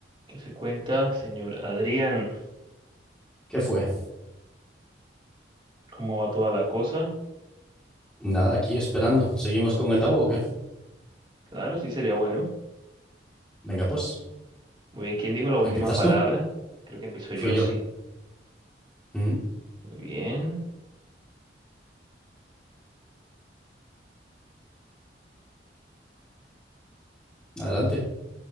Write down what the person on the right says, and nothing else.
¿Qué se cuenta, señor Adrián?
¿Cómo va toda la cosa?
Claro, sí sería bueno.
Muy bien, ¿quién dijo la última
palabra?
Creo que empiezo yo,
sí.
Muy bien.